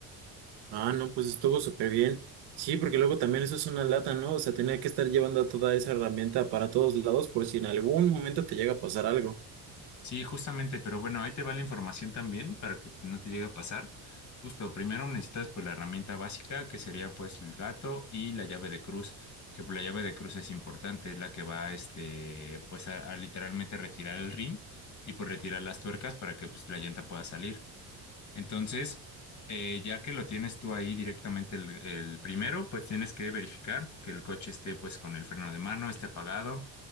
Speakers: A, on the right (about 70°); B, on the left (about 45°).
A: Ah, no, pues estuvo súper bien. Sí, porque luego también eso es una lata, ¿no? O sea, tener que estar llevando toda esa herramienta para todos lados por si en algún momento te llega a pasar algo.
B: Sí, justamente, pero bueno, ahí te va la información también para que no te llegue a pasar. Justo, primero necesitas pues la herramienta básica que sería pues el gato y la llave de cruz, que pues, la llave de cruz es importante, es la que va este pues a, a literalmente retirar el rin y pues retirar las tuercas para que pues la llanta pueda salir. Entonces, eh, ya que lo tienes tú ahí directamente el el primero, pues tienes que verificar que el coche esté pues con el freno de mano, esté apagado